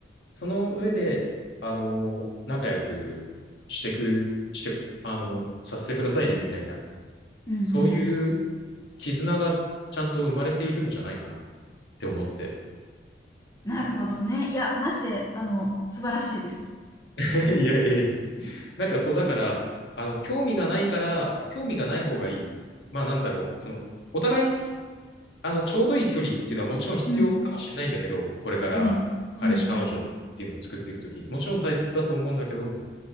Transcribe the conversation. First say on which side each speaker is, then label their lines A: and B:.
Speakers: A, on the left (about 75°); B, on the left (about 20°).
A: その上で、あの、仲良くしてく、して、あの、させてくださいねみたいな、
B: うん、うん。
A: そういう絆がちゃんと生まれているんじゃないかなって思って。
B: なるほどね。いや、マジで、あの、素晴らしいです。
A: <laughs> いやいやいや、なんかそう、だから、あの、興味がないから、興味がない方がいい。まあなんだろう、その、お互い、あの、ちょうどいい距離っていうのはもちろん必要かもしれないんだけど、
B: うん、
A: これから彼氏、
B: うん、うん、
A: 彼女っていうのを作っていくとき、もちろん大切だと思うんだけど、